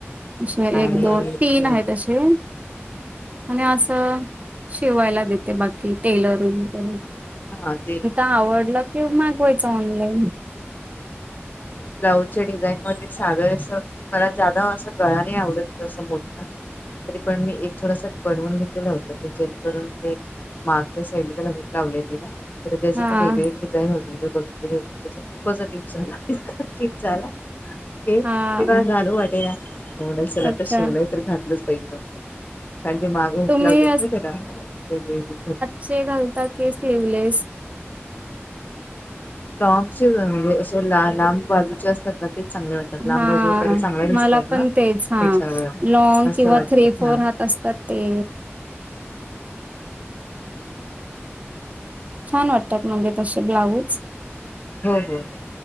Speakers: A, on the right; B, on the left.
A: अे एक
B: आणि
A: दोन तीन
B: अ
A: आहेत असे आणि असं शिवायला देते बाकी टेलरिंग वगैरे
B: हा ते
A: आवडलं कि मागवायच ऑनलाईन
B: मी ब्लाऊजच्या डिझाईन मध्ये साधर असं मला जादाव अशा गळा नाही आवडत जसं मोठण तरी पण मी एक थोडासा बनवून घेतलेला होता की जेणेकरून ते मागच्या साईड त्याला भेट लावलेली ना तर जशी
A: हा.
B: एक वेगळी डिझाईन होते मी बघितलेली होती त्या खूपच िप झाला ठीक झालाक
A: हा
B: तेव्हा घालू वाटेला म्ह चला
A: अच्छा
B: तर शिवलाय तर घातलं हिज मागं हक
A: तुम्ही
B: लावलीत ना त्याला वेगवेगळी झा
A: शे घालतात की स्लीव्हलेस
B: लँग सन म्हणजे असे ला लांब बाजूचे असतात ना तेच चांगले वाटतात लांब
A: हा
B: बाजू जरा चांगल्या दिसतात
A: मला पण
B: ना
A: तेच हा
B: त्याच्यावर
A: लंग
B: मस्त
A: किंवा
B: वाटतात
A: ्री फर
B: हा
A: असतात ते छान वाटतात म्हणजे तसे ब्लाऊज
B: हम् हम